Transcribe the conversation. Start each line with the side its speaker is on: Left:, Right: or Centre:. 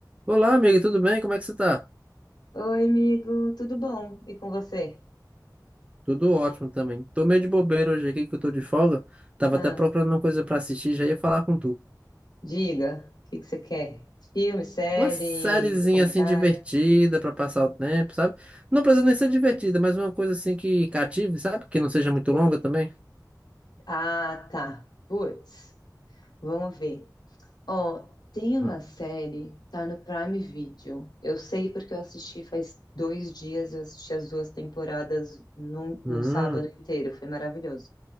Right: Olá, amiga, tudo bem? Como é que você tá?
Left: Oi, amigo, tudo bom? E com você?
Right: Tudo ótimo também. Tô meio de bobeira hoje aqui, que eu tô de folga. Tava
Left: Ah,
Right: até procurando uma coisa pra assistir, já ia falar com tu.
Left: diga, o que que você quer? Filme, série,
Right: Uma sériezinha
Left: documentário?
Right: assim divertida pra passar o tempo, sabe? Não precisa nem ser divertida, mas uma coisa assim que cative, sabe? Que não seja muito
Left: Sei.
Right: longa também.
Left: Ah, tá. Putz, vamos ver. Ó, tem uma
Right: Hum,
Left: série, tá no Prime Video. Eu sei porque eu assisti faz dois dias, eu assisti as duas temporadas no, no
Right: Hum,
Left: sábado inteiro, foi maravilhoso.